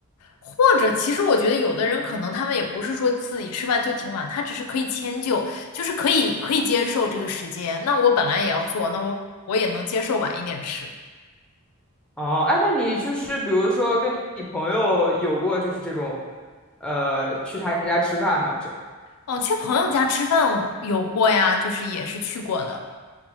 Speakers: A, on the left; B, in the centre.
A: 或者，其实我觉得有的人可能他们也不是说自己吃饭就挺晚，他只是可以迁就，就是可以可以接受这个时间。那我本来也要做，那我我也能接受晚一点吃。
B: 哦，哎，那你就是比如说跟你你朋友有过就是这种，呃，去他家吃饭吗？这样，
A: 哦，去朋友家吃饭有过呀，就是也是去过的。